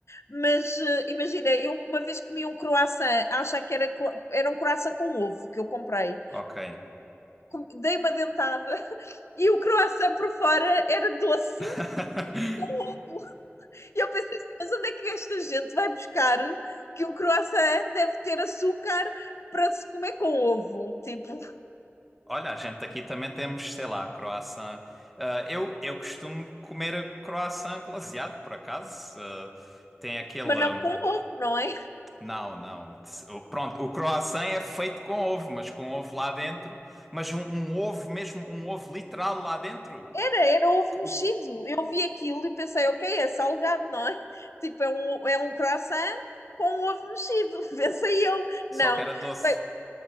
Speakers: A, on the left (about 80°); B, in the centre.
A: mas eh, imagina, eu uma vez comi um croissant, acho que era, cro- era um croissant com ovo que eu comprei.
B: ok.
A: Com- Dei uma dentada <laughs> e o croissant por fora era doce
B: <laughs>
A: com ovo. E eu pensei assim, mas onde é que esta gente vai buscar que um croissant deve ter açúcar para se comer com ovo? Tipo,
B: Olha, a gente aqui também temos, sei lá, croissant. Ah, eu, eu costumo comer croissant glaseado, por acaso. Ah, tem aquele.
A: mas
B: hum,
A: não com ovo, não é?
B: Não, não. O- Pronto, o croissant é feito com ovo, mas com ovo lá dentro. Mas um, um ovo mesmo, um ovo literal lá dentro.
A: Era, era ovo
B: Co-
A: mexido. Eu vi aquilo e pensei, ok, é salgado, não é? Tipo, é um, é um croissant com ovo mexido. <laughs> Pensei eu, não.
B: Só que era doce.
A: Bem,